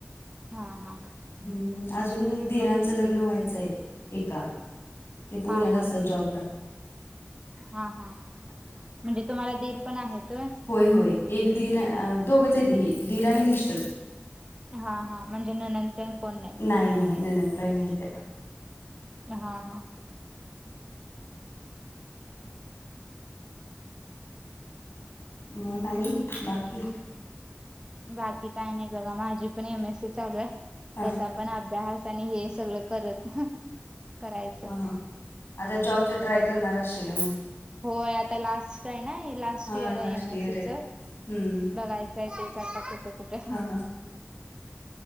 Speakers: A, on the right (about 20°); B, on the left (about 70°).
A: हा हा
B: हम्म अजून धीरांचं
A: मग
B: लग्न व्हायचं आहे एका. ते पुण्याला
A: हां हां
B: असतात जॉबला
A: हां हां. म्हणजे तुम्हाला दीर पण आहेत होय?
B: होय होय एक दीर अ दोघच आहेती दीर आणि मिस्टर.
A: हां हां म्हणजे नणंद तेन कोण नाही.
B: नाही नाही ननंद बाई नाहीत्या.
A: हां हां.
B: मग आणि बाकी?
A: बाकी काय नाही बघा माझी पण एम एस सी चालू आहे
B: हा
A: त्याचा पण अभ्यास आणि हे सगळं करत. करायचं.
B: हां हां आता जॉबच ट्राय करणार असशीला मग.
A: होय आता लास्टच आहे ना हे लास्ट
B: हा
A: इयर आहे
B: लास्ट
A: या एमएससीच
B: इयर आहे
A: बघायचं
B: हम्म
A: त्याचेच आता कुठं कुठं.
B: हा हा